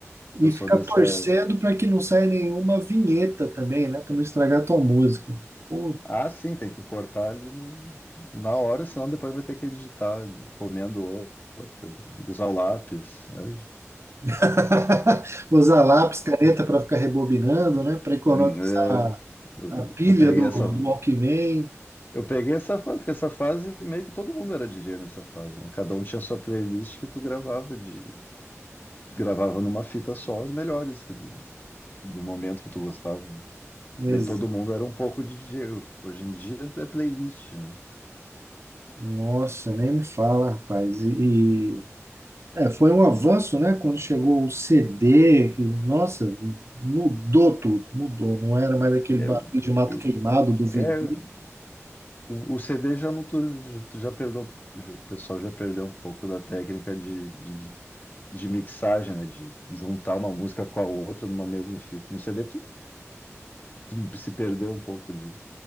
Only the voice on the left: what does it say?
Eu sou
dessa.
Ah, sim, tem que cortar ali no, na hora, senão depois vai ter que editar, comendo ou- outra, usar o lápis. né?
Hum, É, eu,
eu peguei
essa,
Eu peguei essa fase, porque essa fase meio que todo mundo era DJ nessa fase, né? Cada um tinha sua playlist que tu gravava de gravava numa fita só as melhores que do, do momento que tu gostava. né?
Daí todo mundo era um pouco de DJ. Hoje em dia é playlist, né?
Eu,
eu-
é, assim, o CD já não tu, já tu já perdeu, já- o pessoal já perdeu um pouco da técnica de, de, de mixagem, né? De juntar uma música com a outra numa mesma fita. No CD tu, tu se perdeu um pouco de